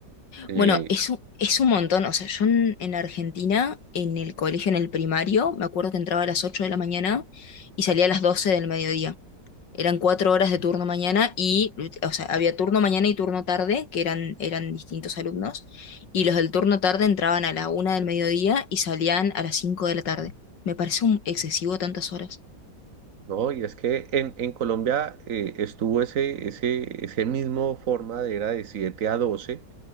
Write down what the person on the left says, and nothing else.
Bueno, es un, es un montón. O sea, yo en, en Argentina, en el colegio, en el primario, me acuerdo que entraba a las 8 de la mañana y salía a las 12 del mediodía. Eran cuatro horas de turno mañana y, o sea, había turno mañana y turno tarde, que eran, eran distintos alumnos, y los del turno tarde entraban a la una del mediodía y salían a las cinco de la tarde. Me parece un excesivo tantas horas.